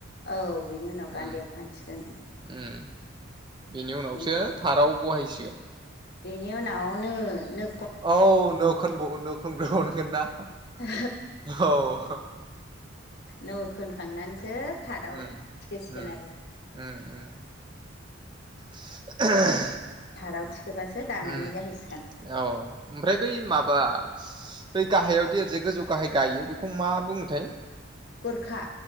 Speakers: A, on the left; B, on the right.
A: औ बिनि उनाव गान्दैयाव
B: उम
A: फानसिगोन।
B: उम बेनि उनावसो
A: बेनिफ्राय
B: थाराव बहायसिगोन।
A: बेनि उनाव नो-नो
B: औ नो खोनबगोन नो खनग्रोबावनांगोन ना।
A: औ
B: औ
A: नो खोनखांनानैसो थार्दआव
B: उम उम
A: थिखोसिगोन आरो।
B: उम उम <unintelligible>
A: थाराव थिखोबासो दानायनि
B: उम
A: जाहैसिगोन
B: औ ओमफ्राय बै माबा बै गाहायावदि ओरैजाय गोजौ गाहाय गायो बेखौ मा बुङोथाय?
A: गरखा